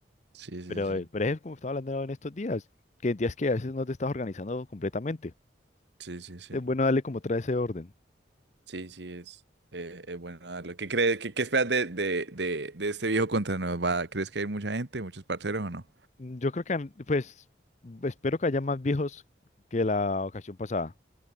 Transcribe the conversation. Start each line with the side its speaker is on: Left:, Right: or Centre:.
Right: Sí, sí,
Left: pero,
Right: sí.
Left: eh, pero es como estaba hablando en estos días, que días que a veces no te estás organizando completamente.
Right: Sí, sí, sí.
Left: Es bueno darle como otra ese orden.
Right: Sí, sí, es, eh, es bueno darlo. ¿Qué crees, qué, qué esperas de, de, de, de este viejo contra nos va? ¿Crees que hay mucha gente, muchos parceros o no?
Left: Mm, Yo creo que, han- pues, espero que haya más viejos que la ocasión pasada,